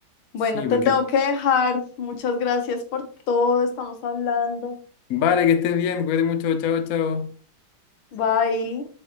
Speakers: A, on the left; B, on the left.
A: Bueno,
B: Sí,
A: te
B: porque
A: tengo que dejar. Muchas gracias por todo, estamos hablando.
B: vale, que estés bien, cuídate mucho, chao, chao.
A: Bye.